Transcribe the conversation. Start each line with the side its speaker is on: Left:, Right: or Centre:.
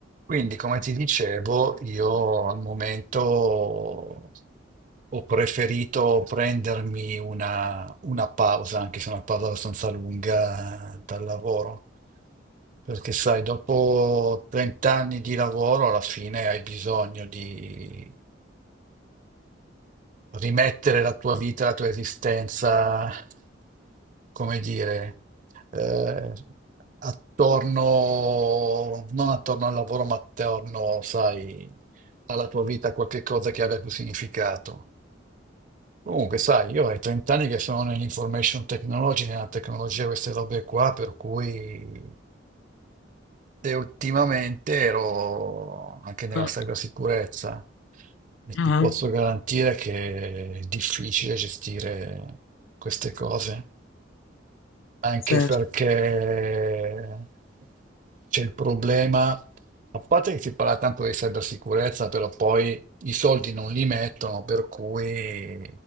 Right: Quindi, come ti dicevo, io al momento ho preferito prendermi una, una pausa, anche se una pausa abbastanza lunga eh, dal lavoro, perché sai, dopo 30 anni di lavoro alla fine hai bisogno di, rimettere la tua vita, la tua esistenza, come dire, eh, attorno, non attorno al lavoro, ma attorno, sai, alla tua vita, a qualche cosa che abbia più significato. Comunque, sai, io ho 30 anni che sono nell'information technology, nella tecnologia, queste robe qua, per cui e ultimamente ero anche nella
Left: Mh,
Right: cybersicurezza e
Left: ah-ah,
Right: ti posso garantire che è difficile gestire queste cose, anche
Left: certo.
Right: perché c'è il problema, a parte che si parla tanto di cybersicurezza, però poi i soldi non li mettono, per cui